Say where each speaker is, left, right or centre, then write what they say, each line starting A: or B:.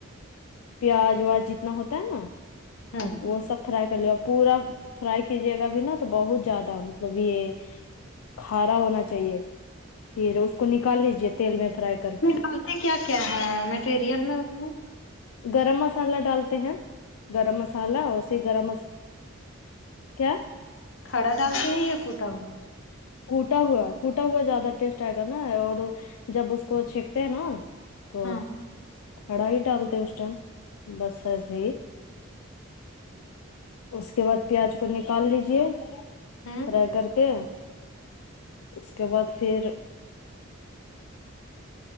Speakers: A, on the left; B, on the left.
A: پیاز واج جتنا ہوتا ہے نا
B: ہوں
A: وہ سب فرائی کر لیے پورا فرائی کیجیے گا اب نا تو بہت زیادہ مطلب یہ کھارا ہونا چاہیے پھر اس کو نکال لیجے تیل میں فرائی کر کے
B: ڈالتے اس میں کیا کیا ہے مٹیریل میں اس میں
A: گرم مسالہ ڈالتے ہیں گرم مسالحہ اسی گرم مسا کیا
B: کھڑا ڈال تے ہیں یہ کٹا ہوا
A: کوٹا ہوا کوٹا ہوا زیادہ ٹیسٹ آئے گا نا اور جب اس کو چھینکتے ہیں نا تو
B: ہاں
A: کھڑا ہی ڈالتے اس ٹائم بس ایسے ہی اس کے بعد پیاز کو نکال لیجے
B: ہوں
A: فرائی کر کے اس کے بعد پھر